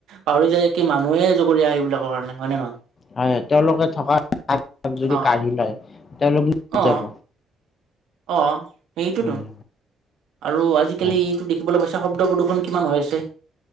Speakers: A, on the right; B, on the left.
A: পাহৰি যায় কি মানুহে জগৰীয়া সেইবিলাকৰ কাৰণে হয় নে নহয়?
B: হয় তেওঁলোকে থকাক যদি
A: অ
B: কাঢ়ি লয় তেওঁলোকে
A: অ
B: যাব।
A: অ সেইটোতো,
B: উম
A: আৰু আজিকালি
B: হয়
A: এইটো দেখিবলৈ পাইছে শব দ প্ৰদূষণ কিমান হৈ আছে?